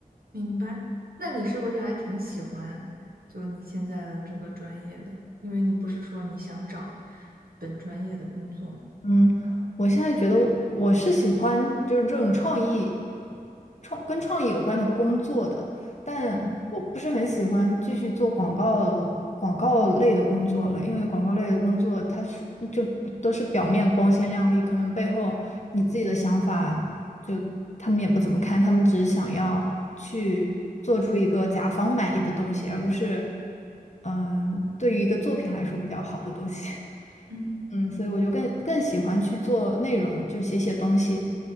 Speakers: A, on the right; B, on the left.
A: 明白。那你是不是还挺喜欢就你现在的这个专业的？因为你不是说你想找本专业的工作吗？
B: 嗯，我现在觉得我是喜欢就是这种创意，创跟创意有关的工作的，但我不是很喜欢继续做广告广告类的工作了，
A: 嗯
B: 因为广告类的工作它是就都是表面光鲜亮丽，可能背后你自己的想法就他们也不怎么看，他们只是想要去做出一个甲方满意的东西，而不是嗯对于一个作品来说比较好的东西。<laughs>
A: 嗯，
B: 嗯，所以我就更更喜欢去做内容，就写写东西，